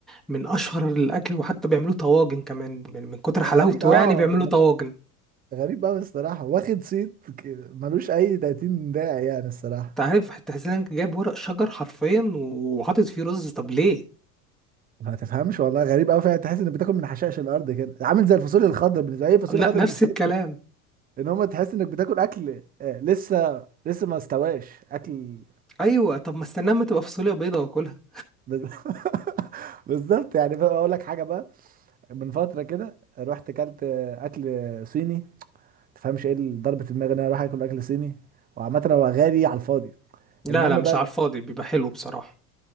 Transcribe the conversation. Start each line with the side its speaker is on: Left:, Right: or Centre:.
Centre: من اشهر الاكل وحتى بيعملوا طواجن كمان من, من كتر
Right: آه
Centre: حلاوته
Right: غريب اه
Centre: يعني بيعملوا طواجن
Right: غريب قوي الصراحه واخد صيت ك- ملوش اي 30 داعي يعني الصراحه
Centre: انت عارف حتى حسين إنك جايب ورق شجر حرفيا وحاطط فيه رز طب ليه
Right: ما تفهمش والله غريب قوي فعلا تحس انك بتاكل من حشائش الارض كده عامل زي الفاصوليا الخضراء بالنسبه لي الفاصوليا
Centre: لا
Right: الخضراء
Centre: نفس
Right: مش
Centre: الكلام
Right: ان هو تحس انك بتاكل اكل آه، لسه لسه ما استواش اكل
Centre: ايوه طب ما استناه ما تبقى فاصوليا بيضه واكلها
Right: بز- <laughs> بالظبط يعني بقى اقول لك حاجه بقى من فتره كده رحت اكلت آه، اكل صيني تفهمش ايه اللي ضربه دماغي ان انا اروح اكل اكل صيني وعامه هو غالي على الفاضي
Centre: لا
Right: المهم
Centre: لا مش
Right: بقى
Centre: على الفاضي بيبقى حلو بصراحه